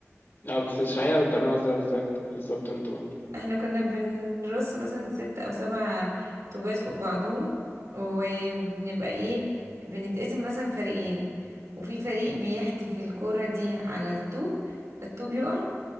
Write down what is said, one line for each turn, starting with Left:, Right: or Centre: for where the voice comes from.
Left: اه بس اشرحيها بتعملوها ازاي بالظبط انتوا بالظبط انتوا بقى
Right: احنا كنا بنرص مثلا ست او سبع طوبات فوق بعضهم وبنبقى ايه بنتقسم مثلا فريقين وفي فريق بيحدف الكرة دي على الطوب فالطوب يقع